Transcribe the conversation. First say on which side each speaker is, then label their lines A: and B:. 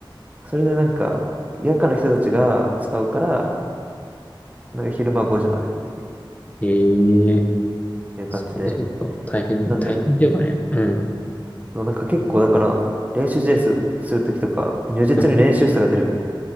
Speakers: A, on the right; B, on the left.
A: それでなんか夜間の人たちが使うから、なんか昼間は5時までって
B: ええー、
A: いう感じで。
B: それちょっと大変、
A: なんで、
B: 大変というかね。うん。
A: そうなんか結構だから練習試合す、するときとか、もう如実に練習差が出るみたいな
B: うん